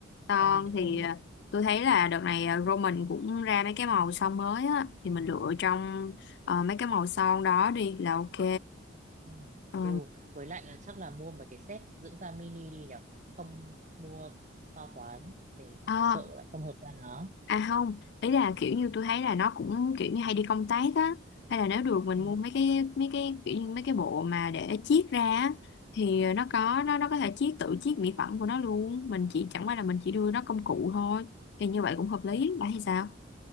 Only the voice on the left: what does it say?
Son
thì
à,
tôi thấy là đợt này à, Roman cũng ra mấy cái màu son mới á thì mình lựa trong ờ, mấy cái màu son đó đi là ok.
Ừ.
À,
à không, ý là kiểu như tôi thấy là nó cũng kiểu như hay đi công tác á, hay là nếu được mình
mua mấy cái mấy cái kiểu như mấy cái bộ mà để chiết ra á, thì ờ, nó có nó nó có thể chiết tự chiết mỹ phẩm của nó luôn, mình chỉ chẳng qua là mình chỉ
đưa nó công cụ thôi. Thì như vậy cũng hợp lý,
bạn thì sao?